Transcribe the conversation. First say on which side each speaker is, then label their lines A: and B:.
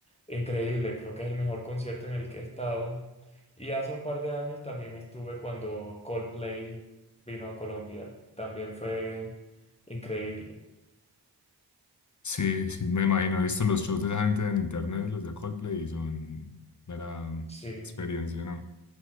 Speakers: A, on the left (about 15°); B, on the left (about 45°).
A: increíble. Creo que es el mejor concierto en el que he estado. Y hace un par de años también estuve cuando Coldplay vino a Colombia. También fue increíble.
B: Sí, sí, me imagino. He visto los shows de esa gente en internet, los de Coldplay, y son mera
A: Sí.
B: experiencia, ¿no?